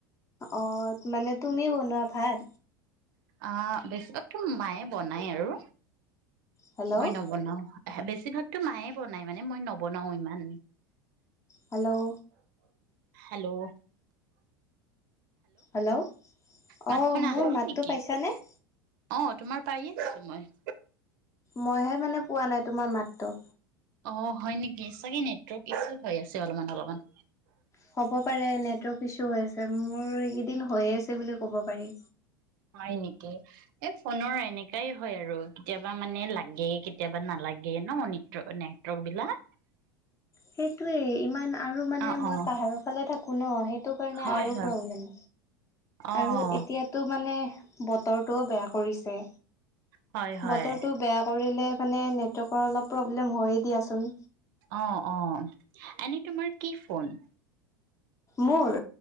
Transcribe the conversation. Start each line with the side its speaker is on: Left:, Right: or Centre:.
Left: অ' মানে তুমি বনোৱা ভাত?
Right: অ বেছিভাগতো মায়ে বনাই আৰু
Left: হেল্ল'
Right: মই নবনাও আহ বেছি বেছিভাগতো মায়ে বনাই মানে মই নবনাও ইমান
Left: হেল্ল'
Right: হেল্ল'
Left: হেল্ল'
Right: মাতখন
Left: অঁ মোৰ
Right: আহা নাই
Left: মাতটো
Right: নেকি
Left: পাইছানে
Right: অ তোমাৰ পায়ে আছো মই
Left: মইহে মানে পোৱা নাই তোমাৰ মাতটো
Right: অ হয় নেকি চাগে নেটৱৰ্ক ইছু হৈ আছে অলপমান অলপমান
Left: হ'ব পাৰে নেটৱৰ্ক ইচো হৈ আছে মোৰ এইকেইদিন হৈয়ে আছে বুলি ক ক'ব পাৰি
Right: হয় এনেকে এই ফোনৰ এনেকাই হয় আৰু কেতিয়াবা মানে লাগে কেতিয়াবা নালাগে ন ন নেটৱৰ্ক বিলাক
Left: সেইটোৱেই ইমান আৰু মানে
Right: অ',
Left: মই
Right: অ',
Left: পাহাৰৰ ফালে থাকো ন সেইটো কাৰণে
Right: হয়,
Left: আৰু
Right: হয়,
Left: প্ৰব্লেম
Right: অ',
Left: আৰু এতিয়াতো মানে বতৰটোও বেয়া কৰিছে
Right: হয়, হয়,
Left: বতৰটো বেয়া কৰিলে মানে নেটৱৰ্কৰ অলপ প্ৰব্লেম হয়য়ে দিয়াচোন।
Right: অ' অ' এনেই তোমাৰ কি ফোন?
Left: মোৰ